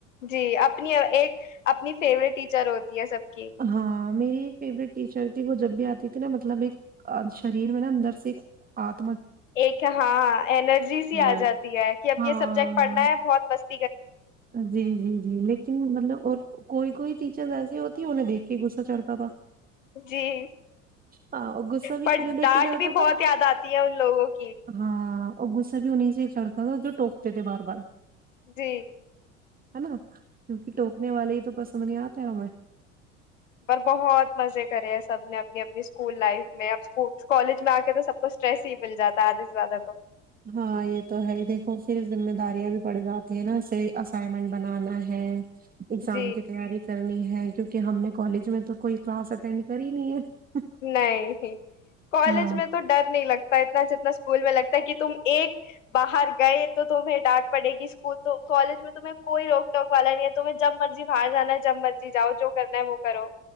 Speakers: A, on the left; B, on the right.
A: جی اپنی ایک اپنی فیورورٹ ٹیچر ہوتی ہے سب کی
B: ہاں میری فیورٹ ٹیچر تھی وہ جب بھی آتی تھی نا مطلب ایک شریر میں نا اندر سے ایک آگ
A: ایک ہاں انرجی سی
B: ہے۔
A: آ جاتی ہے کہ اب
B: ہاں
A: یہ سبجیکٹ پڑھنا ہے بہت مست
B: جی جی جی لیکن مطلب اور کوئی کوئی ٹیچر ایسی ہوتی انیں دیکھ کے غصہ چڑھتا تھا
A: جی
B: ہاں اور غصہ بھی
A: پر
B: کنہیں دیکھ
A: ڈاٹ
B: کے چڑھتا
A: بھی بہت
B: تھا
A: یاد آتی ہے ان لوگوں کی
B: ہاں اور غصہ بھی ان نہیںیں سے چڑھتا تھا جو ٹوکتے تھے بار بار
A: جی
B: ہے نا کیونکہ ٹوکنے والے ہی تو پسند نہیں آتے ہمیں
A: پر بہت مزے کرے سب اپ اپنی اپنی اسکول لائف میں اب کالج میں آ کے تو سب کو اسٹریس ہی مل جاتا ہے ادھے سے زیادہ تو
B: ہاں یہ تو ہے دیکھو پھر ذمہ داریاں بھی پڑ جاتی ہیں نا اسے اسائنمنٹ بنانا ہے اگزام
A: جی
B: کی تیاری کرنی ہے ہیں کیونکہ ہم نے کالج میں تو کوئی کلاس اٹینڈ کر ہی نہیں ہے
A: نہیں کالج
B: ہاں
A: میں تو ڈر نہیں لگتا اتنا جتنا اسکول میں لگتا کہ تم ایک باہر گئے تو تمہیں ڈانٹ پڑے گی اسکول تو کالج میں تمہیں کوئی روک ٹوک والا نہیں ہے تمہیں جب مرضی باہر جانا ہے جب مرضی جاؤ جو کرنا ہے وہ کرو